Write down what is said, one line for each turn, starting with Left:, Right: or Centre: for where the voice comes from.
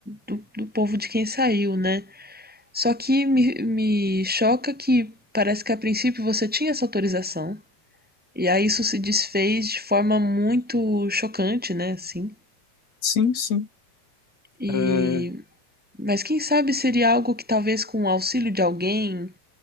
Centre: do, do povo de quem saiu, né? Só que me, me choca que parece que a princípio você tinha essa autorização, e aí isso se desfez de forma muito chocante, né? Assim.
Left: sim, sim,
Centre: E
Left: é,
Centre: Mas quem sabe seria algo que talvez com o auxílio de alguém